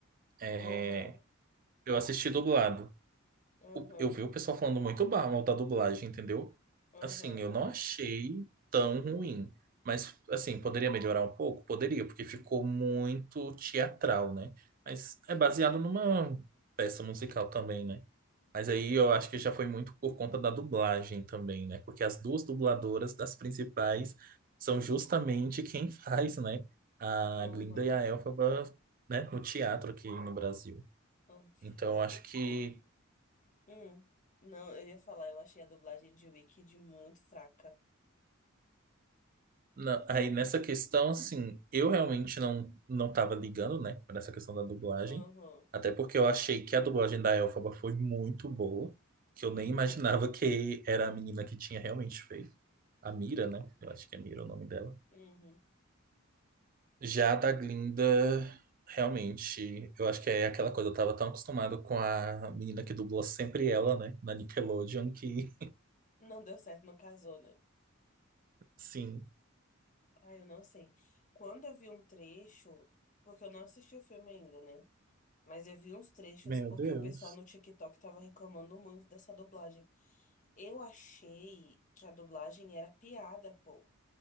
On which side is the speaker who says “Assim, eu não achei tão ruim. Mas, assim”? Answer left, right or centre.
Right